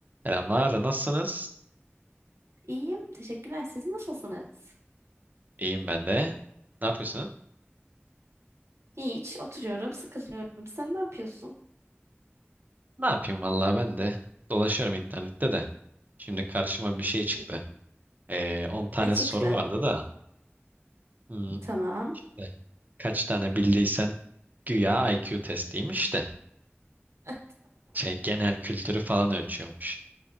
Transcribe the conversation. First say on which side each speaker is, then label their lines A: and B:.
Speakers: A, on the right; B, on the right.
A: Selamlar, nasılsınız?
B: İyiyim, teşekkürler. Siz nasılsınız?
A: İyiyim ben de. Ne yapıyorsunuz?
B: Hiç, oturuyorum, sıkılıyorum. Sen ne yapıyorsun?
A: Ne yapayım vallahi ben de. Dolaşıyorum internette de. Şimdi karşıma bir şey çıktı.
B: Hı.
A: Ee, 10 tane
B: Ne çıktı?
A: soru vardı da. Hmm,
B: Tamam.
A: de. kaç tane bildiysen güya IQ testiymiş de.
B: <laughs> Tamam,
A: Şey, genel kültürü falan ölçüyormuş.